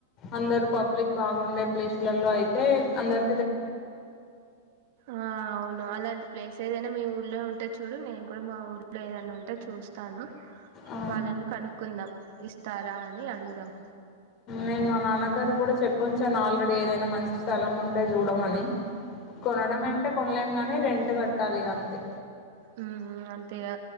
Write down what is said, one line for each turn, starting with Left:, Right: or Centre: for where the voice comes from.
Left: అందరు పబ్లిక్ బాగుండే ప్లేస్ లలో ఐతే అందరు
Right: ఆ అవును అలాంటి ప్లేస్ ఏదైనా మీ ఊర్లో ఉంటే చూడు నేను కూడా మా ఊర్లో ఏదైనా ఉంటే చూస్తాను
Left: ఆ
Right: వాళ్ళని కనుక్కుందాం ఇస్తారా అని అడుగుదాం
Left: నేను మా నాన్నగారు కూడా చెప్పొంచాను ఆల్రెడీ ఏదైనా మంచి స్థలం ఉంటే చూడమని కొనడం అంటే అన్న్లెంగాని రెంట్ కట్టాలి ఇక అంతే
Right: ఉ అంతేగా